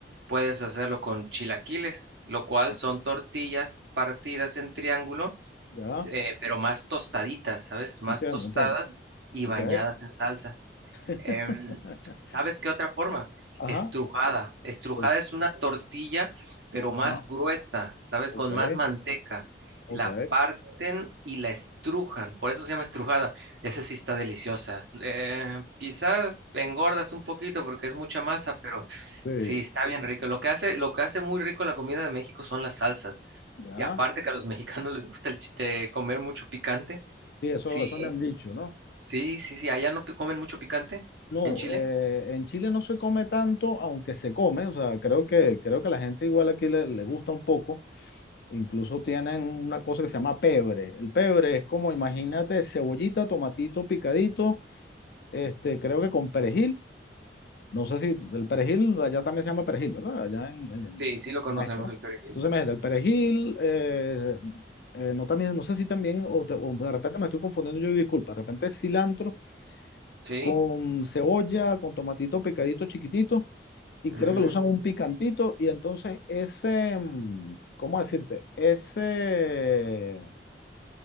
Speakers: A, on the right; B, on the left.
A: puedes hacerlo con chilaquiles, lo cual
B: Ah,
A: son tortillas partidas en triángulo,
B: Ya,
A: eh, pero más tostaditas, ¿sabes? Más
B: entiendo,
A: tostadas
B: entiendo.
A: y
B: Ok.
A: bañadas en salsa.
B: <laughs>
A: Em, ¿sabes qué otra forma?
B: Ajá,
A: Estrujada. Estrujada
B: o-
A: es una tortilla, pero
B: ajá,
A: más gruesa, ¿sabes?
B: ok,
A: Con más manteca.
B: ok,
A: La parten y la estrujan, por eso se llama estrujada. Esa sí está deliciosa. Eh, quizás engordas un poquito porque es mucha masa, pero
B: sí,
A: sí, está bien rica. Lo que hace, lo que hace muy rico la comida de México son las salsas.
B: ya,
A: Y aparte que a los <laughs> mexicanos les gusta el chi- eh, comer mucho picante.
B: sí, eso,
A: Sí,
B: eso me han dicho, ¿no?
A: sí, sí, sí. Allá no pi- comen mucho picante
B: No,
A: en Chile.
B: eh, en Chile no se come tanto, aunque se come, o sea, creo que, creo que la gente igual aquí le, le gusta un poco, incluso tienen una cosa que se llama pebre, el pebre es como, imagínate, cebollita, tomatito picadito, este, creo que con perejil, No sé si el perejil, allá también se llama perejil, ¿verdad? Allá en, en
A: Sí, sí lo conocemos
B: México, ¿verdad?
A: el perejil.
B: Entonces, imagínate, el perejil, eh, eh, no, también, no sé si también, o de, o de repente me estoy confundiendo, yo y disculpa, de repente es cilantro
A: Sí.
B: con cebolla, con tomatito picadito chiquitito, y
A: Mm,
B: creo que lo usan un picantito, y entonces ese, mm, ¿cómo decirte? Ese